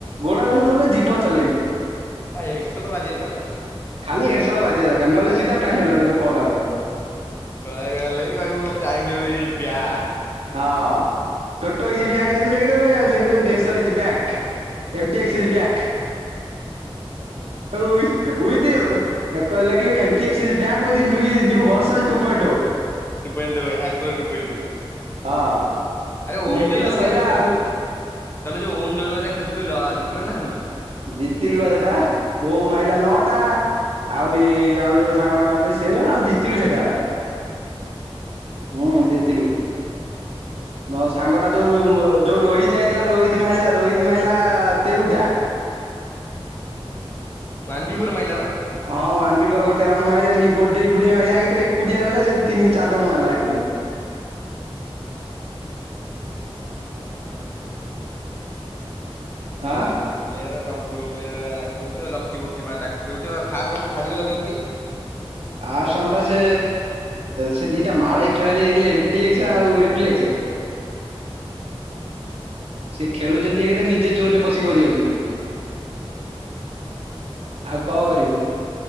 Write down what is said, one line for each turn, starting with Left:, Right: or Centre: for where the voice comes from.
Right: ଗୋଡ ନ ଚଲେଇଲେ ଜିଭ ଚଲେଇବୁ।
Left: ଆ ଏଶ ତ ବାଜିଆ ଦରକାରେ।
Right: ଖାଲି ଏଡ୍ଡ ବାଜିବା ଦରକାର ନହଲେ ସିଧା ପନେଲ୍ ଲଗେଇ ଦବୁ କ କା ଭଳିଆ।
Left: <unintelligible>
Right: ହଁ ଟୋଟୋଇଛି ବ୍ୟାଗ ଯଦି ଲିଦ ଲି ରିକ୍ସ ବ୍ୟାଗ। <unintelligible> ବ୍ୟାକ୍ ହଉ ଉଇଥ୍ ଏକ ହେଲେ କି ଏମ ସି ଏସ ଚିଯି ବ୍ୟାଗ ଉଇଥ୍ ନୂୟି new version two pant two.
Left: Two point two ହକର୍ ଟୁ ପଏଣ୍ଟ ଟୁ
Right: ହଁ
Left: ଆରେ ଓମ୍
Right: ଲେଖିଲେ
Left: ହାରିକା
Right: ସଇଲା
Left: ଯୋଉ ଖେଳୁଥିଲୁ
Right: ଆଉ
Left: ତମେ ଯୋ ଓମ ଜୋଡରା ଖେଳୁଥିଲ ଆ ଜିତିଲ ନା ହାରିଲ?
Right: ଜିତିଲୁ ବା ସେଟା ଓମ୍ ମାରିଲା ନଅଟା ଆହୁରି ଆଉ ଯୋଉ ସାଙ୍ଗ ମାରିଥିଲା ସେ ଜଣେ ଆଉ ଜିତିଲୁ ସେଟା ହେରା। ହୁଁ ଜିତିଲୁ। ମୋ ସାଙ୍ଗ ଟା ଯୋଉ ଯୋଉ ରୋହିତ ହେଇଥିଲା ରୋହିତ ମାଇଲା ରୋହିତ ମାଇଲା ତେରୁଟା।
Left: ହୁଁ। ୱାନ ଵି ଫୋର ମାଇଲା ବା।
Right: ହଁ ୱାନ ଵି ଫୋର ଗୋଟେ ରାଉଣ୍ଡ ମାରିଲାନି ଗୋଡେଇ ଗୋଡେଇ ମାଇଲା ଏକାଥରେ ଏକୁଟିଆ ରହିଲା ସେ ତିନି ଚାର ଜଣ ମାରିଦେଲା ଏକୁଟିଆ।
Left: ହଁ ଆଉ <unintelligible>
Right: ଆଁ
Left: ପୁଅପିଲାଆରା ତମ ପୁଅ ପିଲା <unintelligible> ଲକି ବକି ମା ଡାକିଦଉଛ ଫାଷ୍ଟ <unintelligible>
Right: ଆର୍ ସାଙ୍ଗ ଟା ସେ ସେ ଦିଟା ମାଳାଇ ଖେଳାଳି ହେଇଥିଲେ ଏମଟିଏକ୍ସ ଆଉ ରିଫ୍ଲେକ୍ସ।
Left: ହୁଁ।
Right: ସେ ଖେଳୁଛନ୍ତି ଏକ ତ ନିଯେ ଜୋନ୍ ରେ ପଶିକି ଗଡ଼ି ଯାଉଛନ୍ତି।
Left: ଓ ହୋ।
Right: ଆଉ କଣ କରିବୁ।